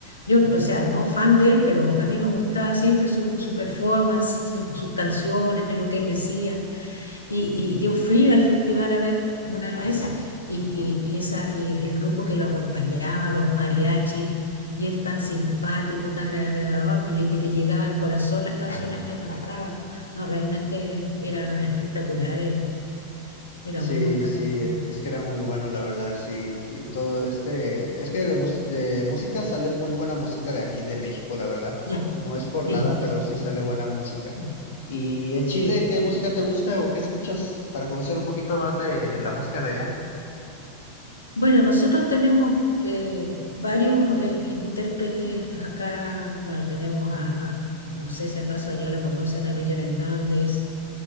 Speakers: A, on the left (about 75°); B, on the left (about 60°).
A: yo, o sea, no fan de él, pero a mí me gustaba siempre su, su performance, su- sus canciones, lo que él decía. Y, y yo fui al festival a verlo una vez y, y- y esa, y el grupo que lo acompañaba, los mariachis, y él tan simpático, tan agradable, que te llegaba al corazón las canciones que cantaba. No, realmente era espectacular él, era
B: Sí,
A: muy buen cantante.
B: sí, es que era muy bueno, la verdad, sí, t- todo este, es que de, mus- de música sale muy buena música de aquí, de México, la verdad,
A: Sí,
B: no es por
A: sí,
B: nada, pero
A: eso
B: sí
A: sí,
B: sale buena música.
A: sí,
B: ¿Y en Chile
A: sí.
B: qué música te gusta o qué escuchas para conocer un poquito más de la música de allá?
A: Bueno, nosotros tenemos eh, varios eh, intérpretes acá, bueno, tenemos a, a- no sé si acaso allá la conocen, a Miriam Hernández,